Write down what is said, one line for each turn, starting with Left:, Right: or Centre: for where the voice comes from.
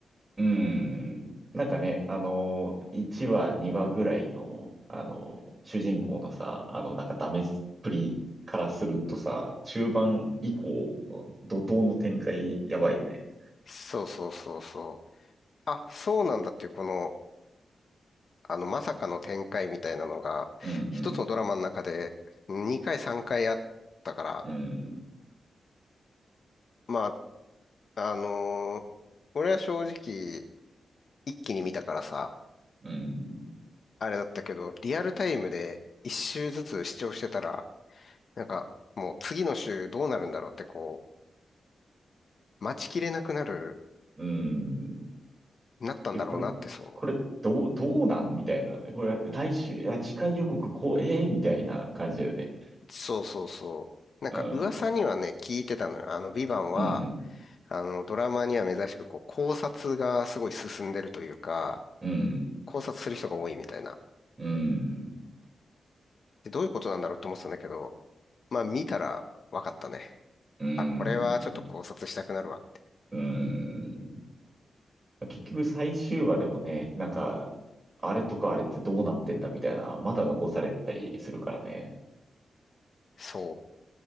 Right: うん。なんかね、あの、1話、2話ぐらいの、あの、主人公のさ、あの、なんかダメっぷりからするとさ、中盤以降の怒涛の展開、やばいよね。
Left: そうそうそうそう。あ、そうなんだっていう、この、あの、まさかの展開みたいなのが、
Right: うん、
Left: 一つのドラマの中で2回3回あったから、
Right: うん、
Left: まあ、あのー俺は正直、一気に見たからさ、
Right: うん、うん、
Left: あれだったけど、リアルタイムで一週ずつ視聴してたら、なんか、もう次の週どうなるんだろうってこう、待ちきれなくなる、
Right: うん。
Left: なったんだろうなってそ
Right: え、これ、これ、どう、どうなんみたいな。これ、来週、いや、次回予告、こう、ええみたいな感じだよね。
Left: う。そうそうそう。なんか噂にはね、
Right: うん、
Left: 聞いてたのよ。あの、ヴィヴァンは、
Right: うん、うん、
Left: あの、ドラマには珍しく、こう、考察がすごい進んでるというか、
Right: うん、
Left: 考察する人が多いみたいな。
Right: うん、
Left: で、どういうことなんだろうって思ってたんだけど、まあ見たら分かったね。
Right: うん、
Left: あ、これはちょっと考察したくなるわって。
Right: うん。結局最終話でもね、なんか、あれとかあれってどうなってんだみたいな、まだ残されたりするからね。
Left: そ